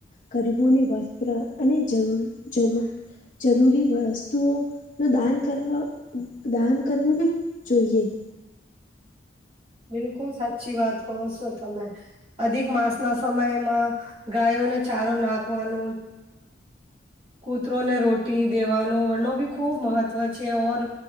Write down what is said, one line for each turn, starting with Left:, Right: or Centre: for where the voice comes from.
Left: ગરીબોને વસ્ત્ર અને જરૂર જરૂર જરૂરી વસ્તુઓનું દાન કરવા દાન કરવું બી જોઈએ.
Right: બિલકુલ સાચી વાત કહો છો તમે અધિક માસ ના સમયમાં ગાયોને ચારો નાખવાનો કૂતરો ને રોટી દેવાનો વ બી ખૂબ મહત્વ છે ઓર